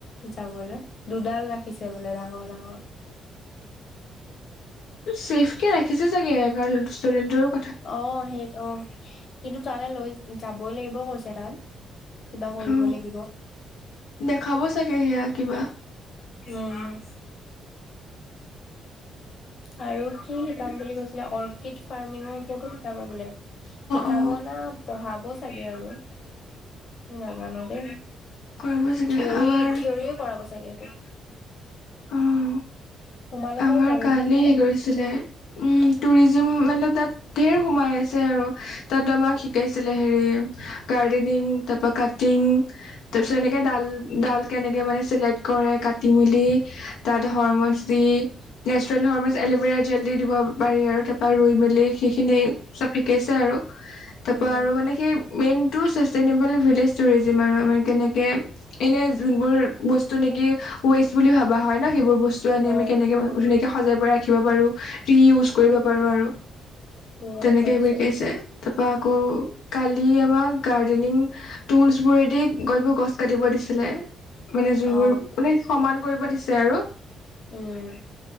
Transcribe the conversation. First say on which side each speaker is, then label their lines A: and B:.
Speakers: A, on the left; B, on the left.
A: যাবলে, দুডাল ৰাখিছে বোলে ডাঙৰ- ডাঙৰ।
B: ছেফ কে ৰাখিছে চাগে, কাৰণ ষ্টুডেণ্টৰো
A: অ, সেই অ, কিন্তু তালে লৈ যাবই লাগিব কৈছে তাত। কিবা কৰিব
B: অ
A: লাগিব।
B: দেখাব চাগে, সেয়া কিবা।
A: অঁ। আৰু কি
B: অ
A: শিকাম বুলি কৈছিলে? অৰ্কিড ফাৰ্মিঙৰ ওপৰতো শিকাব বোলে। শিকাব
B: অ
A: না পঢ়াব চাগে আৰু। নাজানো দেই। থিয়ৰি
B: কৰিব চাগে আমাৰ
A: থিয়ৰিও কৰাব চাগে এইটো?
B: অঁহ।
A: তোমালোকৰ
B: আমাৰ
A: টৰিজিম
B: কালি হে কৰিছিলে উম টুৰিজিম মানে তাত ধেৰ সোমাই আছে আৰু, তাত আমাক শিকাইছিলে হেৰি গাৰ্ডেনিং তাৰপৰা কাটিং তাৰপিছত এনেকে ডাল- ডাল কেনেকে মানে চিলেক্ট কৰে, কাটি মেলি। তাত হৰমছ দি নেচাৰেল হৰ্মছ এল'ভেৰা জেল দি দিব পাৰি আৰু, তাৰপৰা ৰুই মেলি সেইখিনি চব শিকাইছে আৰু। তাৰপৰা
A: উম
B: আৰু মানে, সেই মেইনটো ছাষ্টেইনেবল ভিলেজ টুৰিজিম আৰু আমাৰ কেনেকে এনে যোনবোৰ বস্তু নেকি ৱেষ্ট বুলি ভাবা হয় ন, সেইবোৰ বস্তু আনি
A: অ
B: আমি কেনেকে ধুনীয়াকে সজাই পৰাই ৰাখিব পাৰোঁ। কি ইউজ কৰিব পাৰোঁ আৰু।
A: গম
B: তেনেকে
A: পাইছো
B: এইবোৰ শিকাইছে। তাৰপৰা আকৌ কালি আমাৰ গাৰ্ডেনিং। টুলচ বোৰেদি গৈ বোৰ গছ কাটিব দিছিলে। মানে যোনবোৰ
A: অ
B: মানে, সমান কৰিব দিছে আৰু।
A: উম।